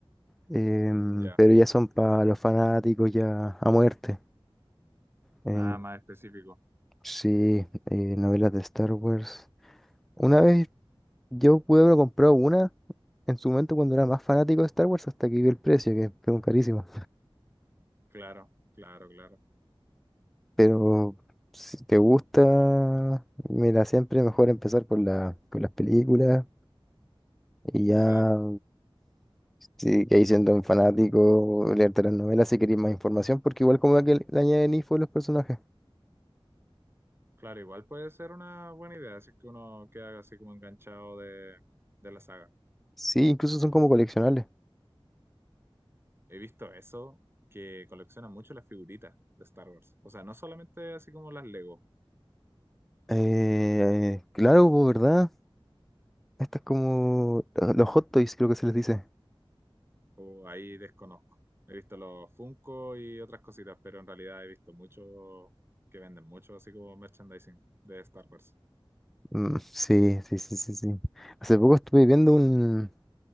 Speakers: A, in the centre; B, on the right.
A: Em,
B: Mm, ya.
A: pero ya son para los fanáticos ya a muerte. Em,
B: Ah, más específico.
A: sí, eh, novelas de Star Wars. Una vez Yo pude haber comprado una en su momento cuando era más fanático de Star Wars hasta que vi el precio, que fueron carísimo
B: Claro, claro, claro.
A: Pero si te gusta, mira, siempre mejor empezar por la, por las películas y ya,
B: Sí.
A: si que ahí siendo un fanático, leerte las novelas si querés más información, porque igual como que le le añaden info a los personajes.
B: Claro, igual puede ser una buena idea si es que uno queda así como enganchado de, de la saga.
A: Sí, incluso son como coleccionables.
B: He visto eso, que colecciona mucho las figuritas de Star Wars. O sea, no solamente así como las Lego,
A: Eh, claro, pues, ¿verdad? Esto es como lo- los hot toys, creo que se les dice.
B: o ahí desconozco. He visto los Funko y otras cositas, pero en realidad he visto mucho que venden mucho así como merchandising de Star Wars.
A: Mm, sí, sí, sí, sí, sí. Hace poco estuve viendo un,